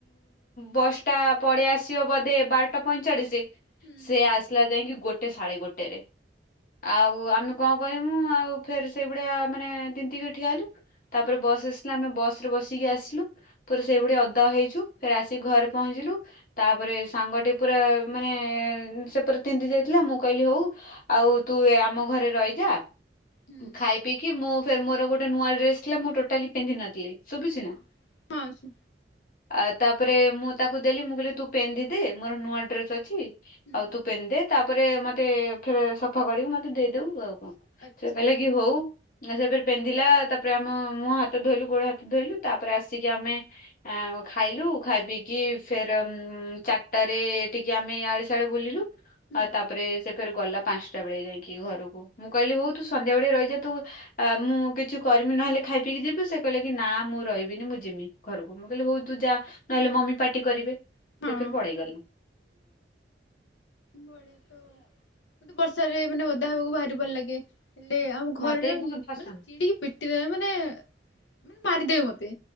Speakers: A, on the left (about 50°); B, on the left (about 85°).
A: ବସ୍ ଟା ପଳେଇ ଆସିବ ବୋଧେ ବାରଟା ପଇଁ <unintelligible>
B: ହୁଁ
A: ସେ ଆସିଲା ଯାଇକି ଗୋଟେ ସାଢେ ଗୋଟେ ରେ। ଆଉ ଆମେ କଣ କରମୁ ଆଉ ଫେର ସେଇଭଳିଆ ମାନେ ତିନ୍ତିକି ଠିଆ ହେଲୁ। ତାପରେ
B: ହଁ
A: ବସ୍ ଆସିଲେ ଆମେ ବସ୍ ବସ୍ ରେ ବସିକି ଆସିଲୁ। ପୁଣି ଓଦା ହେଇଚୁ, ଫେରେ ଆସିକି ଘରେ ପହଞ୍ଚିଲୁ। ତାପରେ ସାଙ୍ଗ ଟି ପୁରା ମାନେ ସେ ପୁରା ତିନ୍ତି ଯାଇଥିଲା। ମୁଁ କହିଲି ହଉ ଆଉ ତୁ ଆମ ଘରେ ର ରହିଯା।
B: ହୁଁ
A: ଖାଇ ପିଇକି ମୁ ଫେର୍ ମୋର ଗୋଟେ ନୂଆ ଡ୍ରେସ ଥିଲା ମୁଁ ଟୋଟାଲି ପିନ୍ଧିନଥିଲି ସୁବୁଛି ନା
B: ହଁ ହଁ ଶୁ
A: ଆ ତାପରେ ମୁଁ ତାକୁ ଦେଲି ମୁଁ କହିଲି ତୁ ପେନ୍ଧି ଦେ ମୋର ନୂଆ ଡ୍ରେସ ଅଛି
B: ହୁଁ
A: ଆଉ ତୁ ପିନ୍ଧିଦେ ତାପରେ ମତେ ଫେରେ ସଫା କରିକି ମତେ ଦେଇଦବୁ ଆଉ।
B: ଆଚ୍ଛା
A: ସେ କହିଲେ କି ହଉ ସେ ଫେର୍ ପିନ୍ଧିଲା। ତାପ ତାପରେ ଆମ ମୁହଁ ହାତ ଧୋଇଲୁ ଗୋଡ ହାତ ଧୋଇଲୁ ତାପରେ ଆସିକି ଆମେ ଆ ଖାଇଲୁ ଖାଇ ପିକି ଫେର ଚାରିଟା ରେ ଟିକେ ଆମେ ଆଡେ ସିଆଡେ ବୁଲିଲୁ।
B: ହୁଁ
A: ଆଉ ତାପରେ ସେ ଗଲା ପାଞ୍ଚଟା ବେଳିଆ ଯାଇକି ଘରକୁ। ମୁଁ
B: ଆଚ୍ଛା
A: କହିଲି ହଉ ତୁ ସନ୍ଧ୍ୟା ବେଳେ ରହିଯା ତୁ ମୁଁ କିଛି କରିମି ନହେଲେ ଖାଇ ପିକି ଯିବୁ। ସେ କହିଲେ କି ନା ମୁଁ ରହିବିନି ମୁଁ ଯିମି ଘରକୁ। ମୁଁ କହିଲି ହଉ ତୁଯା ନହଲେ ମମି ପାଟି କରିବେ।
B: ହଁ।
A: ସେ ଫେରେ ପଳେଇ ଗଲା।
B: ବଢିଆ ତ। ମତେ ବର୍ଷାରେ ମାନେ ଅଧା ହବାକୁ ଭାରି ଭଲ ଲାଗେ। ହେଲେ ଆମ ଘରର
A: ମତେ ବି ବହୁତ
B: ମାନେ
A: ପସନ୍ଦ
B: ଚିଡିକି ପିଟି ଦେବେ ମାନେ ମାନେ ମାରିଦେବେ ମତେ।